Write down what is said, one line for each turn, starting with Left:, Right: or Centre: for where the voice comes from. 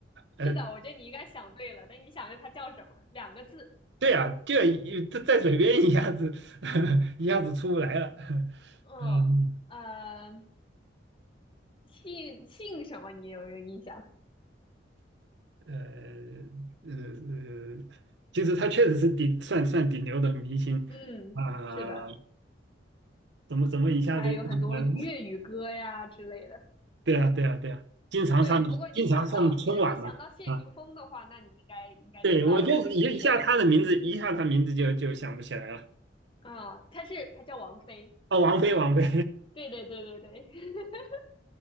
Right: 呃，
Left: 是的，我觉得你应该想对了，但你想一下他叫什么？两个字，
Right: 对啊，就一在在嘴边一下子 <laughs> 一下子出不来了，<laughs>
Left: 嗯呃，
Right: 嗯。
Left: 姓姓什么？你有没有印象？
Right: 呃呃，呃其实他确实是顶算算顶流的明星啊、
Left: 嗯，是的，
Right: 怎么怎么一下子就想起来了
Left: 他有很多粤语歌呀之类的。
Right: <laughs> 对啊对啊对啊，经常上经常上春晚嘛啊，
Left: 对，不过你想到你如果想到谢霆锋的话，那你应该应该知道是谁
Right: 对我就是一一下他的名字，一下他名字就就想不起来了。
Left: 啊？他是他叫王菲。
Right: 哦，王菲王菲，
Left: 对对对对对，<laughs>